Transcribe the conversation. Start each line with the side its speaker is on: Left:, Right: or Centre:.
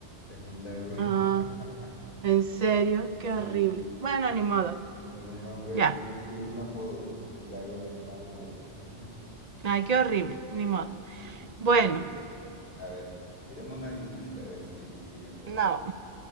Left: es un lago.
Right: Ah,
Left: <laughs>
Right: en serio,
Left: Sí,
Right: qué horrible. Bueno, ni modo.
Left: tiene un nombre,
Right: Ya.
Left: tiene, un- tiene un apodo, el lago del Mar Muerto. <laughs>
Right: Ay, qué horrible, ni modo.
Left: Sí,
Right: Bueno,
Left: listo. A ver, tiramos una difícil a ver si, si me corchas.
Right: no,